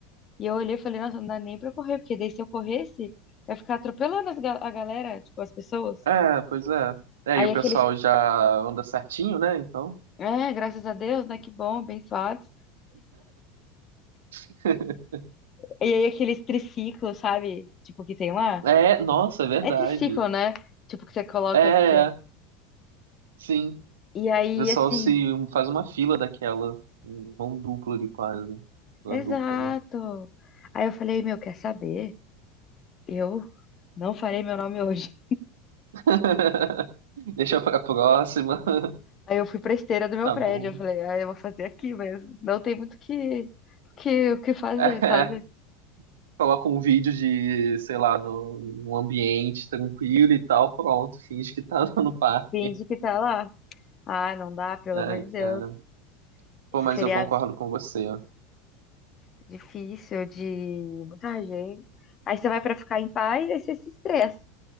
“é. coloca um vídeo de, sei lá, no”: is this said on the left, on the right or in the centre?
Right